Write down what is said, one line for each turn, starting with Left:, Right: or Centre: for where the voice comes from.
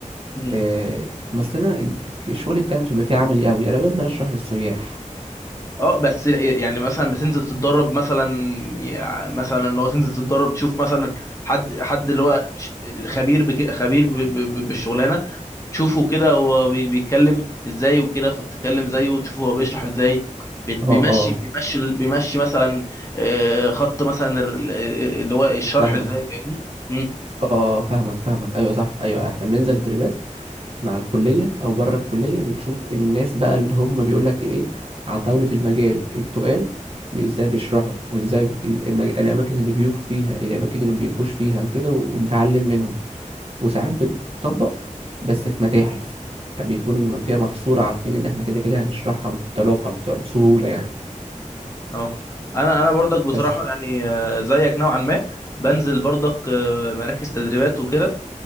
Left: مم.
Right: آه، مثلا الج- الشغل بتاعي مش هيبقى فيه عملي قوي انا بنزل اشرح للسياح
Left: اه بس يعني مثلا بتنزل تتدرب مثلا يعني مثلا اللي هو تنزل تتدرب تشوف مثلا حد حد اللي هو ش- خبير بك... خبير ب... ب... ب- بالشغلانه تشوفه كده هو بي- بيتكلم ازاي وكده فبتتكلم زيه وتشوفه هو بيشرح ازاي بيت-
Right: اه
Left: بيمشي
Right: اه
Left: بيمشي بيمشي مثلا آه، خط مثلا ال- اللي هو الشرح
Right: فاهمك
Left: ازاي فاهمني مم.
Right: اه آه، فاهمك فاهمك ايوه صح ايوه احنا بننزل تدريبات مع الكلية أو بره الكلية بنشوف الناس بقى اللي هم بيقول لك إيه عتاولة المجال التقال بي- إزاي بيشرحوا وإزاي بي- المج... الأماكن اللي بيقفوا فيها الأماكن اللي مبيقفوش فيها وكده وبنتعلم منهم وساعات بنطبق بس في متاحف بيكون المنطقة محصورة عارفين إن إحنا كده كده هنشرحها بطلاقة بس- بسهولة يعني
Left: اه انا انا برضك بصراحه
Right: بس
Left: يعني آه، زيك نوعا ما بنزل برضك آه، مراكز تدريبات وكده